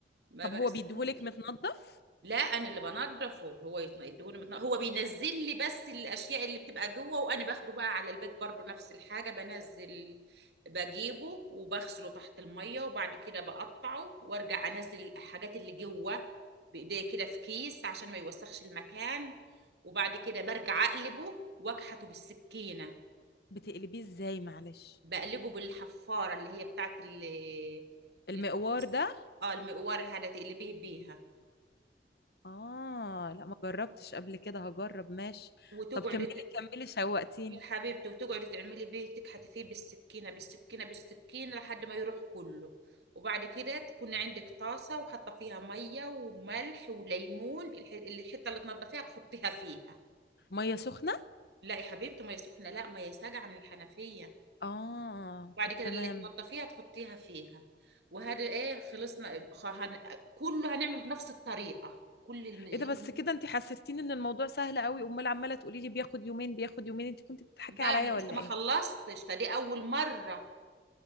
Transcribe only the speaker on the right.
ما
بقسموش
لا انا اللي بنضفه هو يتن- يديهوني متن- هو بينزل لي بس الاشياء اللي بتبقى جوه وانا باخده بقى على البيت برضو نفس الحاجه بنزل بجيبه وبغسله تحت الميه وبعد كده بقطعه وارجع انزل الحاجات اللي جوه بايديا كده في كيس عشان ما يوسخش المكان وبعد كده برجع اقلبه واكحته بالسكينه
بقلبه بالحفاره اللي هي بتاعت ال-
الكوسه
اه المقوار هذا تقلبيه بيها
وتقعد
يا حبيبتي وتقعدي تعملي بيه تكحتي فيه بالسكينة بالسكينة بالسكينة لحد ما يروح كله وبعد كده تكون عندك طاسة وحاطة فيها مية وملح وليمون الح- الحتة اللي تنضفيها تحطيها فيها
لا يا حبيبتي مية سخنة لا مية ساقعة من الحنفية
وبعد
كده
اللي تنضفيها تحطيها فيها وهذا ايه خلصنا خ- هن... كله هنعمله بنفس الطريقة كل الم... الم-
لا
انا لسه
ما
خلصتش ده دي اول مرة